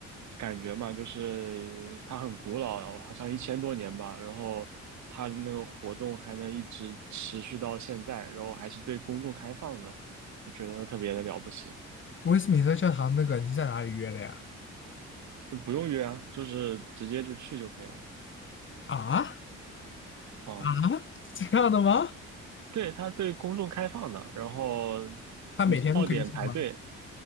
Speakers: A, on the right; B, on the left.
A: 感觉嘛，就是它很古老，好像一千多年吧，然后它那个活动还能一直持续到现在，然后还是对公众开放的，就觉得特别的了不起，
B: 威斯敏特教堂那个你是在哪里约的呀？
A: 就不用约啊，就是直接就去就可以了。
B: 啊
A: 啊，
B: 啊，这样的吗？
A: 对，它对公众开放的，然后
B: 它每天都可以进吗？
A: 你到点排队，